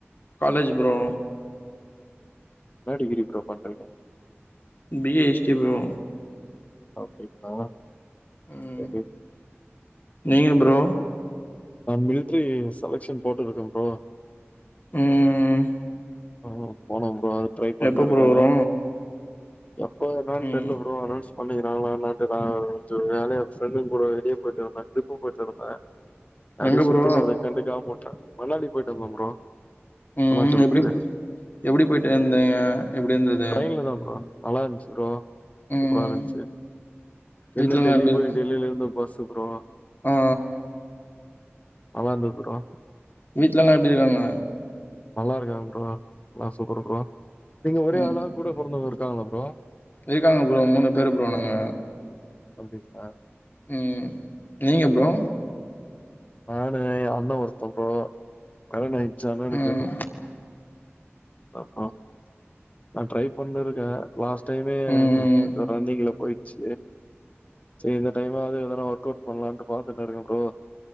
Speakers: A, on the left; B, on the left.
A: காலேஜ் ப்ரோ
B: என்ன டிகிரி ப்ரோ பண்றீங்க
A: பி எ ஹிஸ்ட்ரி ப்ரோ
B: அப்டிப்பா
A: ம்
B: செரி
A: நீங்க ப்ரோ
B: நா மிலிட்ரி செலக்ஷன் போட்டுருக்கேன் ப்ரோ
A: ம்
B: ஆ போனோ ப்ரோ அது ட்ரை பண்ணினு
A: எப்போ
B: இருக்காறாங்க
A: ப்ரோ வரு
B: எப்ப என்னான்
A: ம்
B: தெர்ல ப்ரோ அனொன்ஸ் பண்றிங்களா இல்ல என்னான்ட்டுதா கொஞ்சொ வேலையா ஃப்ரெண்டுங்க கூட வெளிய போய்ட்டு இருந்த ட்ரிப் போய்ட்டு இருந்த அப்டியே
A: எங்க
B: சுத்திக்கினு
A: ப்ரோ
B: அத கண்டுக்காம உட்டா மணாலி போயிட்டு வந்தோ ப்ரோ
A: ம்
B: ஹிமாச்சல்
A: எப்டி
B: பிரதேஷ்
A: போ எப்டி போய்ட்டு இருந்திங்க எப்டி இருந்தது
B: ட்ரைன்லதா ப்ரோ நல்லா இருன்ச்சு ப்ரோ சூப்பரா
A: ம்
B: இருன்ச்சு என்ன
A: வீட்லல்லா
B: டெல்லி
A: எப்டி
B: போய்
A: இருக்கு
B: டெல்லில இருந்து பஸ் ப்ரோ
A: ஆ
B: நல்லா இருந்தது ப்ரோ கா
A: வீட்லலா எப்டி இருக்காங்க
B: நல்லா இருக்காங்க ப்ரோ எல்லா சூப்பர் ப்ரோ நீங்க ஒரே
A: ம்
B: அளவு கூட பிறந்தவங்க இருக்காங்களா ப்ரோ
A: இருக்காங்க ப்ரோ மூணு பேர் ப்ரோ நாங்க
B: அப்டிங்ளா
A: ம் நீங்க ப்ரோ
B: நானு எ அண்ண ஒருத்த ப்ரோ கல்யாண ஆயிடுச்சு அண்ணனுக்கு
A: ம்
B: ஆ ஹா நா ட்ரை பண்ணின்ருக்க லாஸ்ட் டைமே
A: ம்
B: கொஞ்சொ ரன்னிங்ல போயிச்சு செரி இந்த டைம்மாவது எதனா ஒர்க் அவுட் பண்ணலான்ட்டு பாத்துட்டு இருங்க ப்ரோ